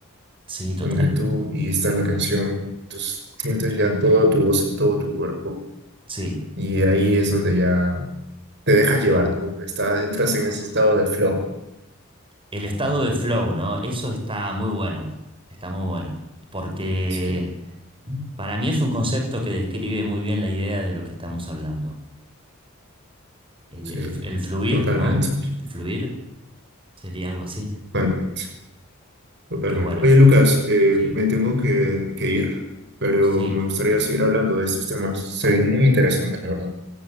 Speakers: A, on the right; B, on the right.
A: sí, total.
B: donde tú y está la canción, entonces sientes ya toda tu voz en todo tu cuerpo
A: Sí.
B: y ahí es donde ya te dejas llevar, tú estás, entras en ese estado de flow.
A: El estado de flow, ¿no? Eso está muy bueno, está muy bueno, porque
B: Sí,
A: para mí es un concepto que describe muy bien la idea de lo que estamos hablando. El,
B: sí,
A: el- el fluir,
B: totalmente,
A: ¿no? El fluir sería algo así.
B: totalmente, totalmente.
A: Qué bueno.
B: Oye, Lucas, eh,
A: Sí,
B: me tengo que, que ir, pero
A: sí,
B: me gustaría seguir hablando de estos temas, se ven muy interesantes, la verdad.